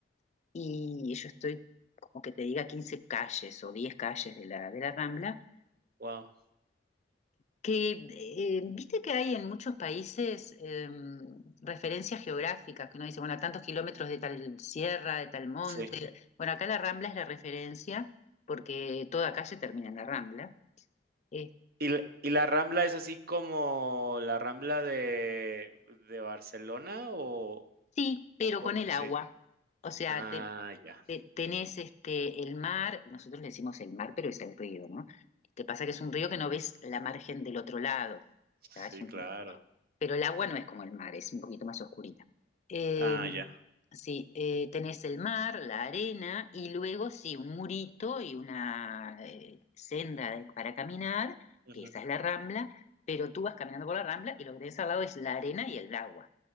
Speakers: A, on the left; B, on the right.
A: y yo estoy, como que te diga, 15 calles o 10 calles de la, de la rambla.
B: Wow.
A: Que eh, viste que hay en muchos países em, referencias geográficas, que uno dice, bueno, a tantos kilómetros de tal sierra, de tal monte.
B: sí.
A: Bueno, acá la Rambla es la referencia porque toda calle termina en la Rambla. Eh,
B: ¿Y la y la Rambla es así como la Rambla de de Barcelona o
A: sí, pero
B: o cómo?
A: con el
B: sí?
A: agua. O sea,
B: Ah,
A: te-
B: ya.
A: te- tenés este, el mar, nosotros le decimos el mar, pero es el río, ¿no? Te pasa que es un río que no ves la margen del otro lado. O sea,
B: Sí,
A: es un-
B: claro.
A: pero el agua no es como el mar, es un poquito más oscurita. Eh,
B: Ah, ya.
A: sí, eh, tenés el mar, la arena y luego sí, un murito y una eh, senda de- para caminar,
B: Wow,
A: que esa es la rambla, pero tú vas caminando por la rambla y lo que tenés al lado es la arena y el agua.